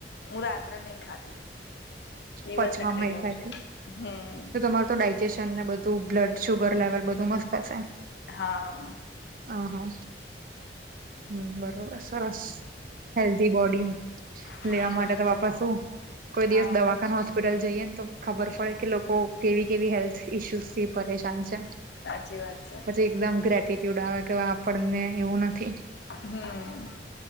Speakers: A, on the left; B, on the right.
A: હું રાત્રે નહી ખાતી દિવસે
B: પચવામાં
A: ખાઈલો
B: એ થાય
A: છું હમ.
B: તો તમારું તો ડાયજેશન ને બધું બ્લડ, સુુગર લેવલ બધું મસ્ત હશે..
A: હા.
B: હ હા હમ બરોબર સરસ. હેલ્ધી બોડી
A: હમ્મ.
B: લેવા માટે તો વાપર શું. કોઈ
A: હા
B: દિવસ દવાખાન હોસ્ હોસ્પિટલ જઈએ ને તો ખબર પડે કે લોકો કેવી કેવી હેલ્થ ઇસ્યુઝ થી પરેશાન છે.
A: સાચી વાત છે.
B: પછી એકદમ ગ્રેટટ્યુડ આવે કે આપણને એવું નથી.
A: હમ.